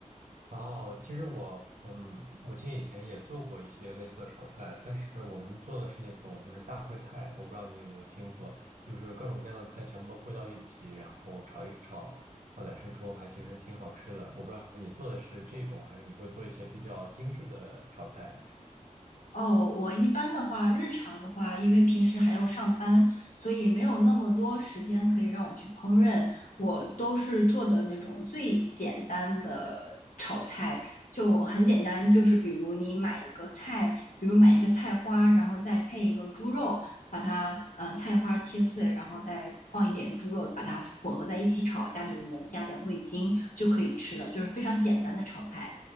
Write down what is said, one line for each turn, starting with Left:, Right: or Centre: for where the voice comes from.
Right: 哦，其实我嗯，母亲以前也做过一些类似的炒菜，但是我们做的是那种就是大烩菜，我不知道你有没有听过，就是各种各样的菜全部烩到一起，然后炒一炒，放点生抽，还其实挺好吃的。我不知道你做的是这种，还是你会做一些比较精致的炒菜。
Left: 哦，我一般的话，日常的话，因为平时还要上班，所以没有那么多时间可以让我去烹饪。我都是做的那种最简单的炒菜，就很简单，就是比如你买一个菜，比如买一个菜花，然后再配一个猪肉，把它呃菜花切碎，然后再放一点猪肉，把它混合在一起炒，加点盐，加点味精就可以吃了，就是非常简单的炒菜。